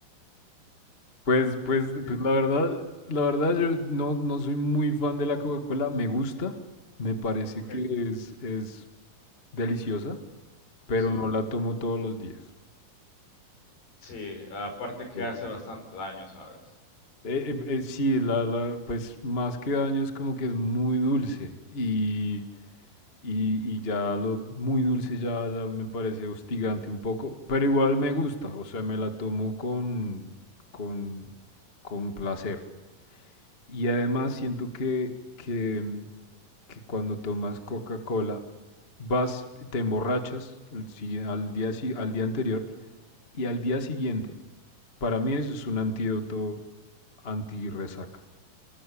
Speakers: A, on the left; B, on the left.
A: pues, pues,
B: Sí.
A: pues la verdad, la verdad yo no, no soy muy fan de la Coca-Cola. Me gusta, me parece
B: ¿Ok?
A: que es, es deliciosa, pero
B: Sí.
A: no la tomo todos los días.
B: Sí, aparte que
A: Eh,
B: hace bastante daño, ¿sabes?
A: Eh, eh, eh, sí, la, la, pues más que daño es como que es muy dulce y, y, y ya lo muy dulce ya, ya me parece hostigante un poco, pero igual me gusta, o sea, me la tomo con, con, con placer. Y además siento que, que, mm, que cuando tomas Coca-Cola vas, te emborrachas al, si al día, si- al día anterior y al día siguiente, para mí eso es un antídoto anti-resaca.